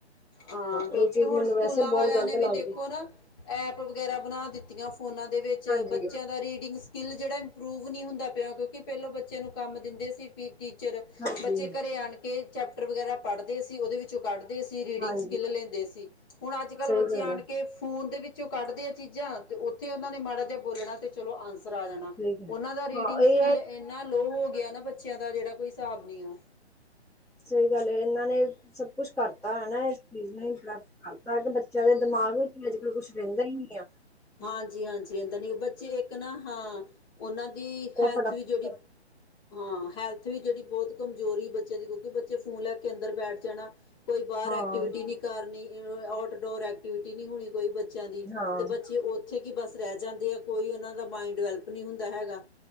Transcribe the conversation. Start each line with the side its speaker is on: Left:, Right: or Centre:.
Left: ਹਾਂ
Centre: ਇਹ
Left: ਕਿਉਂਕਿ
Centre: ਚੀਜ਼
Left: ਹੁਣ
Centre: ਮੈਨੂੰ
Left: ਸਕੂਲਾਂ
Centre: ਵੈਸੇ ਬਹੁਤ
Left: ਵਾਲਿਆਂ
Centre: ਗ਼ਲਤ
Left: ਨੇ ਵੀ
Centre: ਲੱਗਦੀ
Left: ਦੇਖੋ ਨਾ ਐਪ ਵਗੈਰਾ ਬਣਾ ਦਿੱਤੀਆਂ। ਫੋਨਾਂ ਦੇ ਵਿੱਚ
Centre: ਹਾਂਜੀ
Left: ਬੱਚਿਆਂ ਦਾ ਰੀਡਿੰਗ ਸਕਿੱਲ ਜਿਹੜਾ ਇੰਪਰੂਵ ਨਹੀਂ ਹੁੰਦਾ ਪਿਆ ਕਿਉਂਕਿ ਪਹਿਲੋਂ ਬੱਚਿਆਂ ਨੂੰ ਕੰਮ ਦਿੰਦੇ ਸੀ ਟੀਚਰ
Centre: ਹਾਂਜੀ
Left: ਬੱਚੇ ਕੋ ਘਰੇ ਆਣ ਕੇ ਚੈਪਟਰ ਵਗੈਰਾ ਪੜ੍ਹਦੇ ਸੀ ਓਦੇ ਵਿੱਚੋਂ ਕੱਢਦੇ ਸੀ ਰੀਡਿੰਗ
Centre: ਹਾਂਜੀ
Left: ਸਕਿੱਲ ਲੈਂਦੇ ਸੀ ਹੁਣ ਅੱਜ ਕੱਲ੍ਹ
Centre: ਸਹੀ
Left: ਬੱਚੇ
Centre: ਗੱਲ
Left: ਆਣ
Centre: ਹੈ
Left: ਕੇ ਫੋਨ ਦੇ ਵਿੱਚੋਂ ਕੱਢਦੇ ਆ ਚੀਜ਼ਾਂ ਤੇ ਉੱਥੇ ਉਨਾਂ ਨੇ ਮਾੜਾ ਜਾ ਬੋਲਣਾ ਤੇ ਚਲੋ ਆਂਸ ਸਰ ਆ ਜਾਣਾ
Centre: ਠੀਕ ਹੈ
Left: ਓਨਾਂ ਦਾ ਰੀਡਿੰਗ
Centre: ਹਾਂ ਇਹ
Left: ਸਕਿੱਲ
Centre: ਹੈ
Left: ਇੰਨਾ ਲੋ ਹੋ ਗਿਆ ਨਾ ਬੱਚਿਆਂ ਦਾ ਜਿਹੜਾ ਕੋਈ ਹਿਸਾਬ ਨਈ ਆ
Centre: ਸਈ ਗੱਲ ਐ ਏਨਾਂ ਨੇ ਸਭ ਕੁੱਛ ਕਰਤਾ ਹੈਨਾ ਇਸ ਚੀਜ਼ ਨੂੰ ਕਰਤਾ <unintelligible> ਜਾਦੇ ਦਿਮਾਗ ਵਿੱਚ ਅੱਜ ਕੱਲ ਕੁੱਛ <unintelligible> ਰਹਿੰਦਾ ਹੀ ਨਹੀਂ ਹੈ
Left: ਹਾਂਜੀ ਹਾਂਜੀ ਇਦ ਨੀ ਬੱਚੇ ਇੱਕ ਨਾ ਹਾਂ ਓਨਾਂ ਦੀ ਹੈਲਥ
Centre: ਫਟਾਫਟ
Left: ਵੀ ਜੇੜੀ ਹਾਂ ਹੈਲਥ ਵੀ ਜੇੜੀ ਬੋਤ ਕਮਜ਼ੋਰੀ ਬੱਚੇ ਦੇ ਕਿਉਂਕਿ ਬੱਚੇ ਫੋਨ ਲੈ ਕੇ ਅੰਦਰ ਬੈਠ ਹੈਨਾ ਕੋਈ ਬਾਰ
Centre: ਹਾਂ
Left: ਐਕਟੀਵਿਟੀ ਨੀ ਕਰਨੀ ਆਊਟਡੋਰ ਐਕਟੀਵਿਟੀ ਨੀ ਹੋਣੀ ਕੋਈ ਬੱਚਿਆਂ ਦੀ
Centre: ਹਾਂ
Left: ਤੇ ਬੱ ਓ ਕੀ ਬਸ ਰੈ ਜਾਂਦੇ ਆ ਕੋਈ ਓਨਾਂ ਦਾ ਮਾਇੰਡ ਡਿਵੈਲਪ ਨੀ ਹੁੰਦਾ ਹੈਗਾ